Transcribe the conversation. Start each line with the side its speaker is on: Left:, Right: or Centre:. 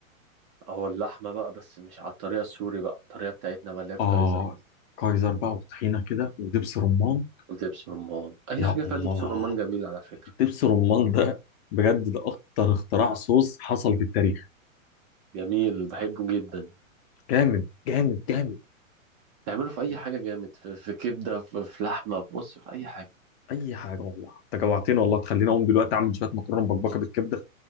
Right: أو اللحمة بقى بس مش على الطريقة السوري بقى الطريقة بتاعتنا بقى اللي هي في
Left: آه
Right: كايزر دي
Left: كايزر بقى وطحينة كده ودبس رمان
Right: ودبس رمان أي
Left: يا
Right: حاجة
Left: الله
Right: فيها دبس رمان جميل على فكرة
Left: دبس رمان ده بجد ده أكتر اختراع صوص حصل في التاريخ
Right: جميل بحبه جدا
Left: جامد جامد جامد
Right: تعمله في اي حاجه جامد في, في كبده في, في لحمه بص في اي حاجه
Left: أي حاجة والله أنت جوعتني والله تخليني أقوم دلوقتي أعمل شوية مكرونة مبكبكة بالكبدة